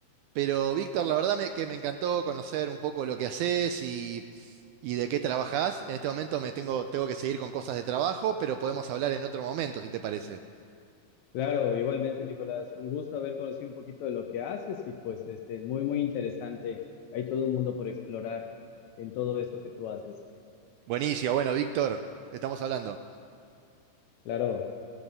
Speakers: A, on the right; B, on the left.
A: pero Víctor, la verdad me- que me encantó conocer un poco lo que haces y, y de qué trabajás. En este momento me tengo, tengo que seguir con cosas de trabajo, pero podemos hablar en otro momento, si te parece.
B: Claro, igualmente, Nicolás, un gusto haber conocido un poquito de lo que haces y pues este, muy, muy interesante. Hay todo un mundo por explorar en todo eso que tú haces.
A: Buenísimo, bueno, Víctor, estamos hablando.
B: Claro.